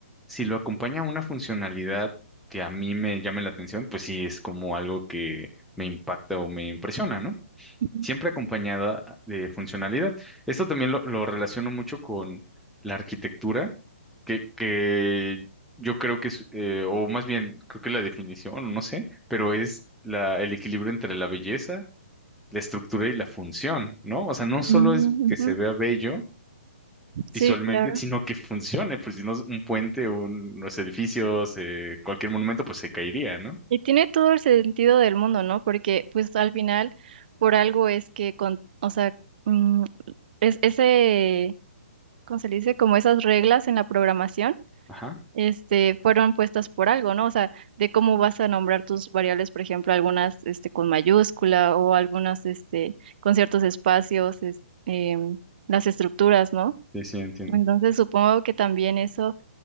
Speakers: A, in the centre; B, on the right.
A: si lo acompaña una funcionalidad que a mí me llame la atención, pues sí es como algo que me impacta o me impresiona, ¿no?
B: Ujú.
A: siempre acompañada de funcionalidad. Esto también lo, lo relaciono mucho con la arquitectura, que, que yo creo que es, eh, o más bien, creo que la definición, no sé, pero es la, el equilibrio entre la belleza, la estructura y la función, ¿no? O sea, no
B: Mm,
A: solo es
B: ujú.
A: que se vea bello
B: Sí,
A: visualmente,
B: claro.
A: sino que funcione, pues si no un puente, un- unos edificios, eh, cualquier monumento, pues se caería, ¿no?
B: Y tiene todo el sentido del mundo, ¿no? Porque pues al final por algo es que con, o sea, mm, es ese, ¿cómo se le dice? Como esas reglas en la programación,
A: Ajá,
B: este, fueron puestas por algo, ¿no? O sea, de cómo vas a nombrar tus variables, por ejemplo, algunas, este, con mayúscula o algunas, este, con ciertos espacios, es- em, las estructuras, ¿no?
A: sí, sí, entiendo
B: Entonces supongo que también eso